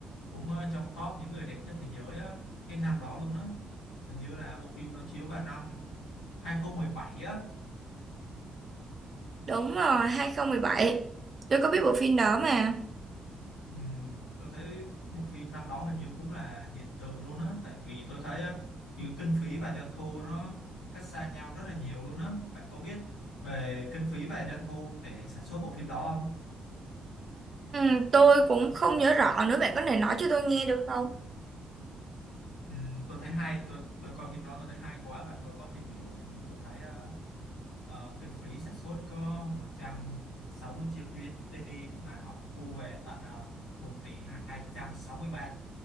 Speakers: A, on the left; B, on the right.
A: cũng ờ, trong top những người đẹp nhất thế giới á, cái năm đó luôn á hình như là bộ phim đó chiếu vào năm 2017 á
B: đúng rồi 2017 tôi có biết bộ phim đó mà
A: ừ, tôi thấy bộ phim năm đó hình như cũng là hiện tượng luôn á tại vì tôi thấy ờ, giữa kinh phí và doanh thu nó cách xa nhau rất là nhiều luôn á bạn có biết về kinh phí và doanh thu để sản xuất bộ phim đó không
B: Ừ, tôi cũng không nhớ rõ nữa, bạn có thể nói cho tôi nghe được không?
A: Ừ, tôi thấy hay tôi tôi coi phim đó tôi thấy hay quá và tôi có tìm hiểu thì tôi thấy ờ, ờ, kinh phí sản xuất có một trăm sáu mươi triệu USD mà họ thu về tận uh, 1 tỷ hai trăm sáu mươi ba